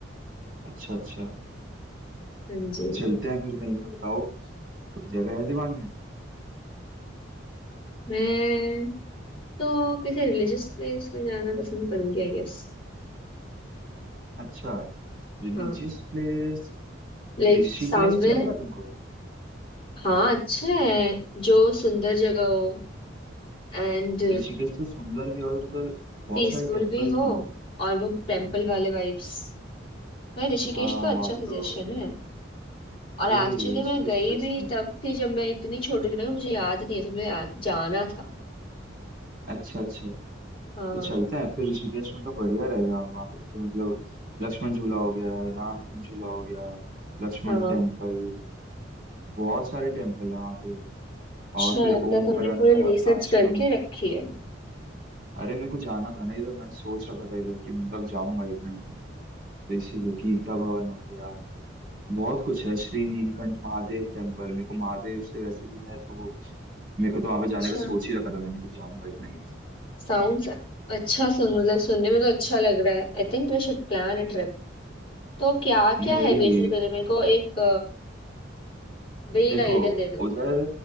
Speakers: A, on the right; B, on the left.
A: अच्छा अच्छा
B: हाँ जी
A: तो चलते हैं फिर कहीं पे बताओ कोई जगह है दिमाग में
B: मैं तो किसी रिलीजियस प्लेस में जाना पसंद करूंगी आई गेस
A: अच्छा रिलीजियस
B: हाँ
A: प्लेस
B: लाइक
A: ऋषिकेश
B: समवेयर
A: चलेगा तुमको
B: हाँ अच्छा है जो सुंदर जगह हो एंड
A: ऋषिकेश तो सुंदर भी है और उधर बहुत
B: पीसफुल
A: सारे टेम्पल्स
B: भी हो
A: भी हैं
B: और वो टेम्पल वाले वाइब्स भाई ऋषिकेश
A: हाँ
B: तो अच्छा
A: वहाँ पे
B: सजेशन
A: तो
B: है और
A: वही
B: एक्चुअली
A: ऋषिकेश
B: मैं गई
A: बेस्ट
B: भी
A: है
B: तब थी जब मैं इतनी छोटी थी ना मुझे याद नहीं है तो मुझे आ- जाना था
A: अच्छा अच्छा तो
B: हाँ
A: चलते हैं फिर ऋषिकेश में तो बढ़िया रहेगा वहाँ पे तो मतलब लक्ष्मण झूला हो गया राम झूला हो गया लक्ष्मण
B: हाँ
A: टेम्पल बहुत सारे टेम्पल है वहाँ पे
B: अच्छा
A: और फिर
B: लगता
A: ओमकारांडा
B: है तुमने पूरी रिसर्च
A: आश्रम
B: करके रखी है
A: अरे मेरे को जाना था ना इधर मैंने सोच रखा था इधर कि मतलब जाऊंगा एक ना एक दिन तो इसीलिए गीता भवन हो गया बहुत कुछ है श्री नीलकंठ महादेव टेम्पल मेरे को महादेव से वैसे भी है तो मेरे को तो वहां पे
B: अच्छा
A: जाने का सोच ही रखा था मैंने कि जाऊंगा एक ना एक दिन।
B: साउंड्स अच्छा सुन मतलब सुनने में तो अच्छा लग रहा है I think we should plan a trip तो क्या
A: नहीं
B: क्या
A: भाई
B: है बेसिकली मेरे को एक बेग
A: देखो
B: आइडिया दे दो
A: उधर